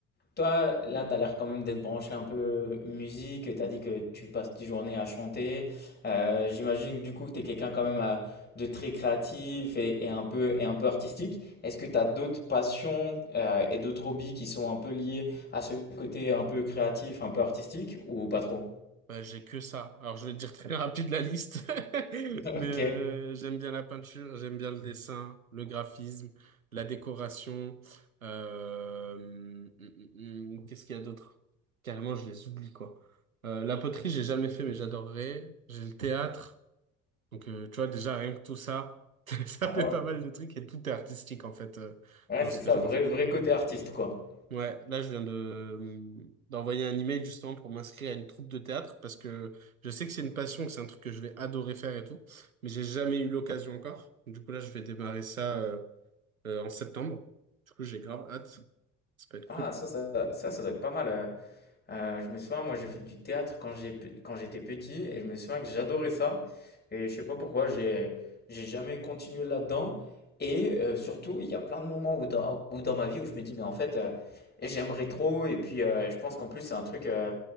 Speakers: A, on the left; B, on the right.
A: Toi, là, tu as l'air quand même d'être branché un peu musique. Tu as dit que tu passes tes journées à chanter. Euh, j'imagine que du coup que tu es quelqu'un quand même à- de très créatif et, et un peu, et un peu artistique. Est-ce que tu as d'autres passions euh, et d'autres hobbies qui sont un peu liés à ce côté un peu créatif, un peu artistique ou pas trop?
B: Bah, j'ai que ça. Alors, je vais te dire très <laughs> rapide la liste, <laughs>
A: <laughs>
B: mais
A: Ok.
B: euh, j'aime bien la peinture, j'aime bien le dessin, le graphisme, la décoration. euh, hum, hum, hum, qu'est-ce qu'il y a d'autre? Carrément, je les oublie, quoi. Euh, la poterie, j'ai jamais fait, mais j'adorerais. J'ai le théâtre. Donc, euh, tu vois, déjà, rien que tout ça, <laughs> ça
A: Ah
B: fait
A: ouais.
B: pas mal de trucs et tout est artistique, en fait, euh,
A: Ouais,
B: dans
A: c'est
B: ce
A: ça,
B: que j'aime
A: vrai,
B: faire.
A: vrai côté artiste, quoi.
B: Ouais, là je viens de d'envoyer un email justement pour m'inscrire à une troupe de théâtre parce que je sais que c'est une passion, que c'est un truc que je vais adorer faire et tout, mais j'ai jamais eu l'occasion encore. Du coup là je vais démarrer ça euh, euh, en septembre. Du coup j'ai grave hâte, ça peut être
A: Ah,
B: cool.
A: ça, ça, ça, ça doit être pas mal. euh. Euh, je me souviens, moi j'ai fait du théâtre quand j'ai, quand j'étais petit et je me souviens que j'adorais ça. Et je sais pas pourquoi, j'ai, j'ai jamais continué là-dedans. Et euh, surtout, il y a plein de moments où dans, où dans ma vie où je me dis, mais en fait, euh, j'aimerais trop. Et puis, euh, je pense qu'en plus, c'est un truc euh,